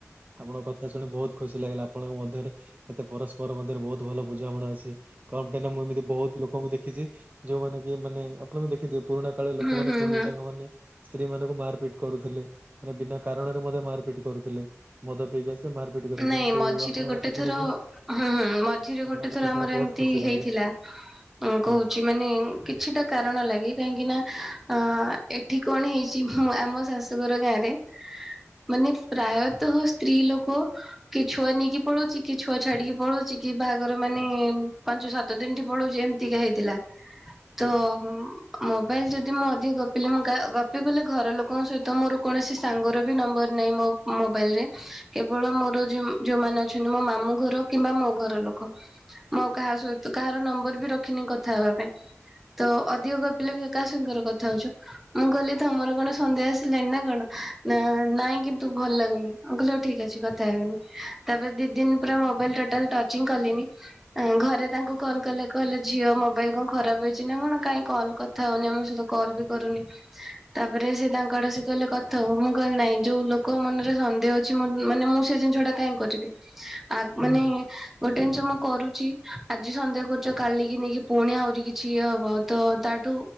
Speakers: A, on the right (about 30°); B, in the centre.
A: ଆପଣଙ୍କ କଥା ଶୁଣି ବହୁତ୍ ଖୁସି ଲାଗିଲା। ଆପଣଙ୍କ ମଧ୍ୟରେ ଏତେ ପରସ୍ପର ମଧ୍ୟରେ ବହୁତ୍ ଭଲ ବୁଝାବଣା ଅଛି। କଣ ପାଇଁ ନା ମୁଁ ଏମିତି ବହୁତ୍ ଲୋକଙ୍କୁ ଦେଖିଚି ଯୋଉମାନେ କି ମାନେ ଆପଣ ଦେଖିଥିବେ। ପୁରୁଣା କାଳର ଲୋକମାନେ
B: ହୁଁ ହୁଁ
A: କେମିତି
B: ହୁଁ
A: ତାଙ୍କ ମାନେ ସ୍ତ୍ରୀ ମାନଙ୍କୁ ମାର୍ ପିଟ୍ କରୁଥିଲେ ମାନେ ବିନା କାରଣରେ ମଧ୍ୟ ମାର୍ ପିଟ୍ କରୁଥିଲେ। ମଦ ପିଇକି ଆସେ ମାରପିଟ କରେ
B: ନାଇଁ
A: କିନ୍ତୁ
B: ମଝିରେ
A: ଆପଣଙ୍କ
B: ଗୋଟେ
A: କଥା ଶୁଣିକି
B: ଥର ହୁଁ ହୁଁ ମଝିରେ
A: ଆପଣଙ୍କ
B: ଗୋଟେ ଥର
A: କଥା ଶୁଣି
B: ଆମର
A: ବହୁତ
B: ଏମି ତି
A: ଖୁସି
B: ହେଇଥିଲା
A: ଲାଗିଲା
B: କହୁଚି।
A: ହଁ।
B: ମାନେ କିଛିଟା କାରଣ ଲାଗି କାହିଁକି ନା ଆ ଏଠି କଣ ହେଇଚି ମୁଁ ଆମ ଶାଶୁ ତୁମର ଗାଁରେ ମାନେ ପ୍ରାୟତଃ ସ୍ତ୍ରୀ ଲୋକ କିଏ ଛୁଆ ନେଇକି ପଳଉଚି କିଏ ଛୁଆ ଛାଡ଼ିକି ପଳଉଚି କିଏ ବାହାଘର ମାନେ ପାଞ୍ଚ, ସା ତ ଦିନ୍ ଠୁ ପଳଉଚି ଏମିତିକା ହେଇଥିଲା। ତ ମୋବାଇଲ୍ ଯଦି ମୁଁ ଅଧିକ ଗପିଲି ମୁ କା ଗପିବି ବୋଲି ଘର ଲୋକଙ୍କ ସହିତ ମୋର କୌଣସି ସାଙ୍ଗର ବି ନମ୍ବର ନାହିଁ ମୋ ମୋବାଇଲ୍ ରେ କେବ କେବଳ ମୋର ଯୋଉ ଯୋଉମାନେ ଅଛନ୍ତି ମୋ ମାମୁଁ ଘର କିମ୍ବା ମୋ ଘର ଲୋକ। ମୁଁ କାହା ସହିତ କାହାର ନମ୍ବର ବି ରଖିନି କଥା ହେବା ପାଇଁ। ତ ଅଧିକ ଗପିଲେବି କାହା ସାଙ୍ଗରେ କଥା ହଉଚୁ। ମୁଁ କଇଲି ତମର କଣ ସନ୍ଦେହ ଆସିଲାନି ନା କଣ ନା ନାଇଁ କିନ୍ତୁ ଭଲ୍ ଲାଗୁନି ମୁଁ କଇଲି ହୋଉ ଠିକ୍ ଅଛି। କିଛି କଥା ହେବିନି ତାପରେ ଦି ଦିନ ପୁରା ମୋବାଇଲ୍ ଟୋଟାଲ୍ ଟଚିଂ କଲିନି। ଘରେ ତାଙ୍କୁ କଲ୍ କଲେ କହିଲେ ଝିଅ ମୋବାଇଲ୍ କଣ ଖରାପ୍ ହେଇଚି ନା କଣ କାଇଁ କଲ୍ କ କଥା ହଉନି ଆମ ସହିତ କଲ୍ ବି କରୁନି। ତାପରେ ସେ ତାଙ୍କ ଆଡ଼ୁ ଆସି କହିଲେ କଥା ହୁଅ ମୁଁ କହିଲି ନାହିଁ ଯୋଉ ଲୋକ ମନରେ ସନ୍ଦେହ ଅଛି ମୋ ମାନେ ମୁଁ ସେ ଜିନିଷ ଟା କାଇଁ କରିବି? ଆ
A: ହୁଁ
B: ମାନେ ଗୋଟେ ଜିନିଷ ମୁଁ କରୁଚି ଆଜି ସନ୍ଦେହ କରୁଛ କାଲିକି ନେଇକି ପୁଣି ଆହୁରି କିଛି ଇଏ ହବ ତ ତାଠୁ